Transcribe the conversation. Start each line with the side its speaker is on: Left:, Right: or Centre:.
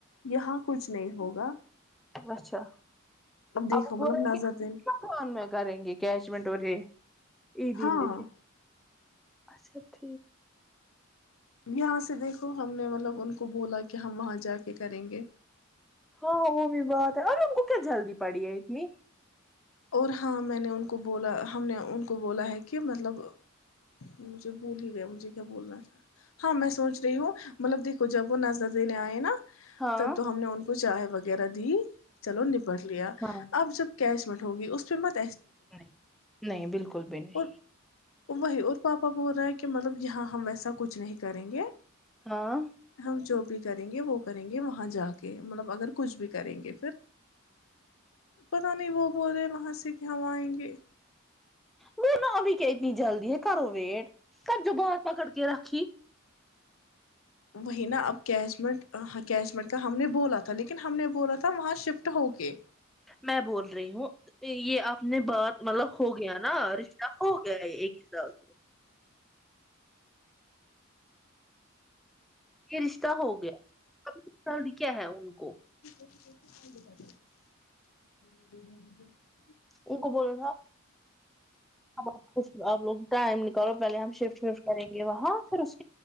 Left: یہاں کچھ نہیں ہوگا
Centre: اچھا
Left: دیکھو
Centre: اب
Left: مطلب
Centre: وہ ب رہےکان
Left: نظر دین
Centre: میں کریں گے کیچ مٹوری یہ د
Left: ہاں
Centre: لے کے اچھا ٹھ
Left: یہاں سے دیکھو ہم نے مطلب ان کو بولا کہ ہم وہاں جا کے کریں گے
Centre: ہاں وہ بھی بات ہے ارے ہم کو کیا جلدی پڑی ہے اتنی
Left: اور ہاں میں نے ان کو بولا ہم نے ان کو بولا ہے کہ مطلب مجھے بھول ہی گیا مجھے کیا بولنا تھا ہاں میں سوچ رہی ہوں مطلب دھو جا وہ نظر دینے آئے نا
Centre: ہاں
Left: تب تو ہم نے ان کو کوچ چاہے ب وغیرہ دی چلو نپٹ لیا
Centre: ہاں
Left: آپ جب کیش ہوگی اس پہ مت
Centre: نہیں نہیں بالکل بھی نہیں
Left: اور وہی اور پاپا بول رہا ہے کہ مطلب یہاں ہم ویسا کچھ نہیں کریں گے
Centre: ہاں
Left: ہم جو بھی کریں گے وہ کریں گے وہاں جا کے مطلب اگر کچھ بھی کریں گے پھر پت نہیں وہ پورے س ہی ہموائیں گے
Centre: ب نو ابھی کیا اتنی جلدی ہے کرو ویٹ سب جو بات پکڑ کے رکھی
Left: وہی نا اب کیش مٹ ہ کیش مٹ کا ہم نے بولا تھا لیکن ہم نے بولا تھا وہاں شفٹ ہو کے
Centre: میں بول رہی ہوں یہ آپ نے بات مطلب ہو گیا نا رشتہ ہو گیا ہے ایک حساب سے یہ رشتہ ہو گیا سال دکھیا ہے ان کو
Left: <unintelligible>
Centre: ان کو بولو ن ہم آپ لگ ٹائم نکالو پہے ہم شفٹ وفٹ کریں گے وہاں پھر اس کو